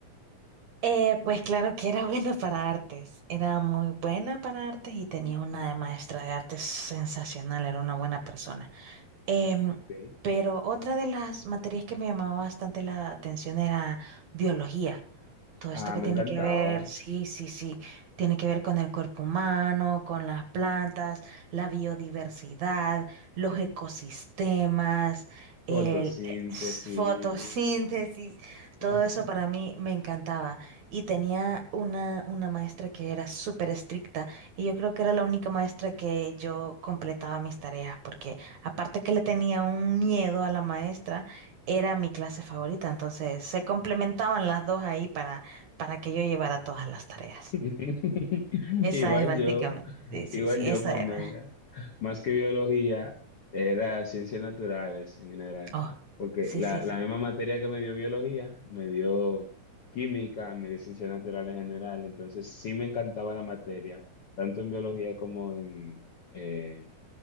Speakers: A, on the right (about 60°); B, on the left (about 55°).
A: Eh, pues claro que era buena para artes, era muy buena para artes y tenía una de maestra de artes sensacional, era una buena persona. Em,
B: Ok.
A: pero otra de las materias que me llamaba bastante la atención era biología. Todo esto
B: Ah,
A: que
B: me
A: tiene
B: encantaba.
A: que ver, sí, sí, sí, tiene que ver con el cuerpo humano, con las plantas, la biodiversidad, los ecosistemas, el
B: Fotosíntesis.
A: s- fotosíntesis, todo
B: <laughs>
A: eso para mí me encantaba. Y tenía una, una maestra que era súper estricta y yo creo que era la única maestra que yo completaba mis tareas, porque aparte que le tenía un miedo a la maestra, era mi clase favorita, entonces se complementaban las dos ahí para para que yo llevara todas las tareas.
B: <laughs>
A: Esa
B: Igual
A: es Sí. básicamente,
B: yo,
A: sí, sí,
B: igual
A: sí,
B: yo,
A: esa
B: Pamela.
A: era.
B: Más que biología, era ciencias naturales en general.
A: Oh,
B: Porque
A: sí,
B: la,
A: sí, sí.
B: la misma materia que me dio biología, me dio química, me dio ciencias naturales en general. Entonces sí me encantaba la materia, tanto en biología como en, eh,